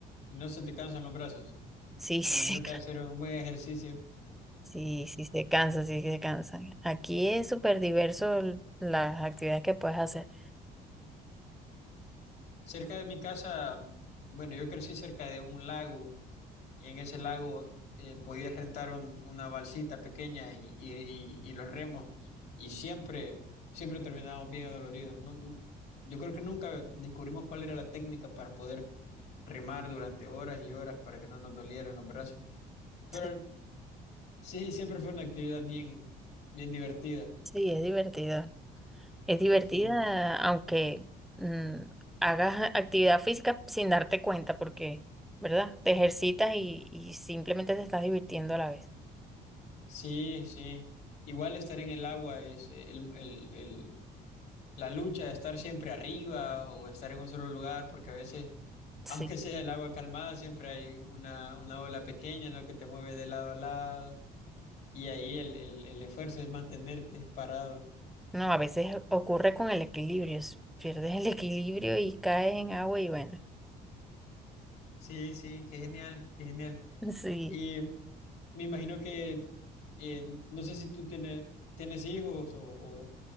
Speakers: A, on the left (about 75°); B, in the centre.
A: No se te cansan los brazos.
B: Sí,
A: Me
B: <laughs> sí,
A: imagino
B: se
A: que
B: ca-
A: va a ser un buen ejercicio.
B: sí, sí se cansa, sí se cansan. Aquí es súper diverso el- las actividades que puedes hacer.
A: Cerca de mi casa, bueno, yo crecí cerca de un lago y en ese lago eh, podías rentar un- una balsita pequeña y, y- y- y los remos y siempre, siempre terminábamos bien adoloridos. No- no- yo creo que nunca descubrimos cuál era la técnica para poder remar durante horas y horas para que no nos dolieran los brazos. Pero
B: Sí,
A: sí, siempre fue una actividad bien, bien divertida.
B: sí, es divertido. Es divertida
A: Sí,
B: aunque mm, hagas actividad física sin darte cuenta, porque, ¿verdad? Te ejercitas y, y simplemente te estás divirtiendo a la vez.
A: sí, sí. Igual estar en el agua es eh, el la lucha de estar siempre arriba o estar en un solo lugar, porque a veces, <laughs>
B: Sí.
A: aunque sea el agua calmada, siempre hay una, una ola pequeña, ¿no? que te mueve de lado a lado y ahí el, el, el esfuerzo es mantenerte parado.
B: No, a veces ocurre con el equilibrio, s- pierdes el equilibrio y caes en agua y bueno,
A: Sí, sí, qué genial, qué genial.
B: <laughs> sí,
A: Y me imagino que, eh, no sé si tú tienes, tienes hijos o, o-